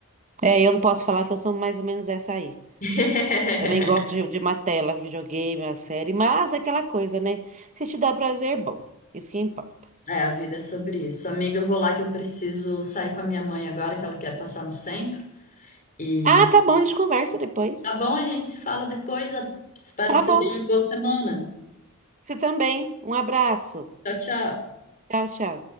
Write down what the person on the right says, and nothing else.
É, eu não posso falar que eu sou mais ou menos essa aí.
Também gosto de, de uma tela, videogame, uma série, mas é aquela coisa, né? Se te dá prazer, bom. Isso que importa.
Ah, tá bom, a gente conversa depois.
Tá
bom.
Você também. Um abraço.
Tchau, tchau.